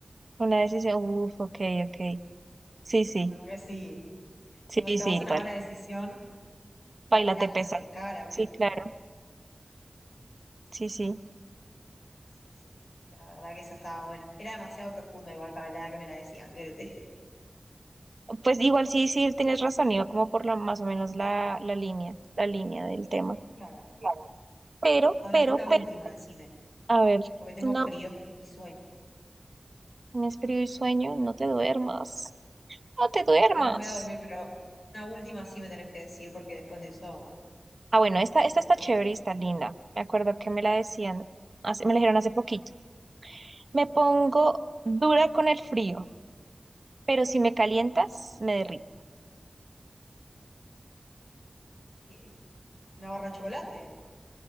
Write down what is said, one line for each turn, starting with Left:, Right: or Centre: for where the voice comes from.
Right: una decisión, uf, ok, ok. Sí, sí,
Left: Bueno, que sí.
Right: sí,
Left: Tipo, si tomas
Right: sí,
Left: una
Right: tal.
Left: mala decisión. te
Right: Baila
Left: aplasta,
Right: te pesa.
Left: te caga la vida.
Right: Sí, claro, sí, sí.
Left: Sí, sí, la verdad que esa estaba buena. Era demasiado profunda igual para la edad que me la decían, ¿qué te diga?
Right: Pues igual sí, sí, tienes razón, iba como por la más o menos la, la línea, la línea del tema.
Left: Claro.
Right: Claro. Pero,
Left: A ver,
Right: pero,
Left: una
Right: pero,
Left: última, decime,
Right: a ver,
Left: porque tengo
Right: no,
Left: frío y sueño.
Right: me escribo y sueño, no te duermas, no te duermas.
Left: No, no me voy a dormir, pero una última sí me tenés que decir, porque después de eso,
Right: Ah, bueno,
Left: capaz
Right: esta,
Left: que sí
Right: esta
Left: me
Right: está
Left: duermo.
Right: chévere y está linda. Me acuerdo que me la decían, hace- me la dijeron hace poquito. Me pongo dura con el frío, pero si me calientas, me derrito.
Left: ¿Qué? ¿Una barra de chocolate?